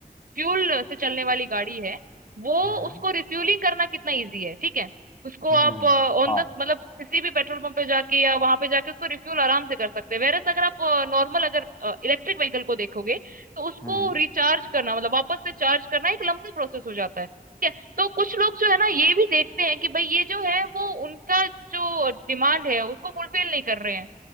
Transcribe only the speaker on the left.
हम्म
हम्म
हम्म,
हाँ
हम्म